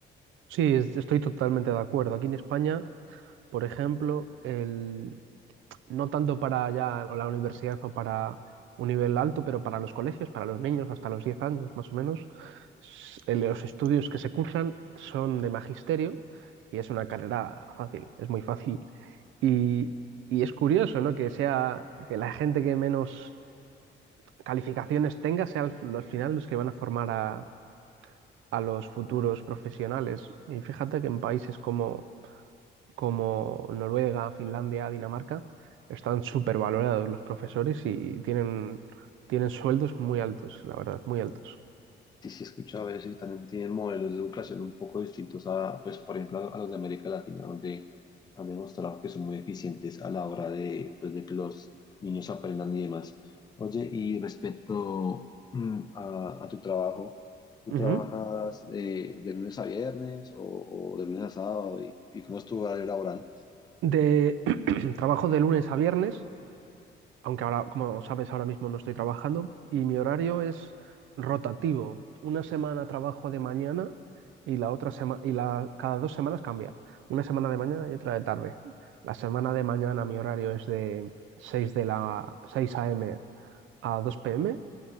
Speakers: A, on the right (about 80°); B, on the left (about 20°).
A: Sí, es- estoy totalmente de acuerdo. Aquí en España por ejemplo, el, no tanto para ya la universidad o para un nivel alto, pero para los colegios, para los niños hasta los 10 años más o menos, s- el- los estudios que se cursan son de magisterio y es una carrera fácil, es muy fácil. Y, y es curioso, ¿no? Que sea que la gente que menos calificaciones tenga sea al, al final los que van a formar a, a los futuros profesionales. Y fíjate que en países como como Noruega, Finlandia, Dinamarca, están súper valorados los profesores y tienen, tienen sueldos muy altos, la verdad, muy altos.
B: Sí, sí, he escuchado eso y también tienen modelos de educación un poco distintos a, pues, por ejemplo, a, los de América Latina, donde han demostrado que son muy eficientes a la hora de, pues, de que los niños aprendan y demás. Oye, y respecto mm, a, a tu trabajo, ¿tú
A: Ujú.
B: trabajas de, de lunes a viernes o, o de lunes a sábado? ¿Y, y cómo es tu horario laboral?
A: De <clears throat> trabajo de lunes a viernes, aunque ahora, como sabes, ahora mismo no estoy trabajando, y mi horario es rotativo. Una semana trabajo de mañana y la otra semana, y la, cada dos semanas cambia. Una semana de mañana y otra de tarde. La semana de mañana mi horario es de 6 de la 6 a.m. a 2 p.m.